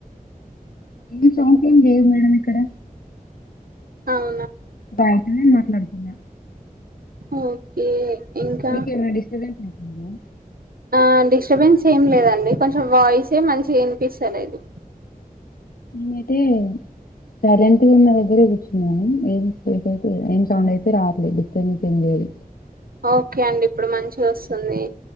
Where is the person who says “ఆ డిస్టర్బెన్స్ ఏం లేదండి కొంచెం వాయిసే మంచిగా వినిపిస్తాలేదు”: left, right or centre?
Right